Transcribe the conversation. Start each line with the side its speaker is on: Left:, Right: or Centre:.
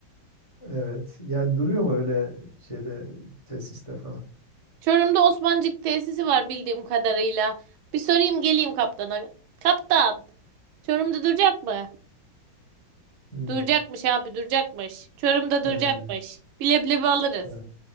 Left: evet. Yani duruyor mu öyle şeyde tesiste falan?
Right: Çorum'da Osmancık tesisi var bildiğim kadarıyla. Bir sorayım geleyim kaptana. Kaptan, Çorum'da duracak mı?
Left: Hmm.
Right: Duracakmış abi, duracakmış. Çorum'da duracakmış.
Left: E,
Right: Bileblebi alırız.
Left: e,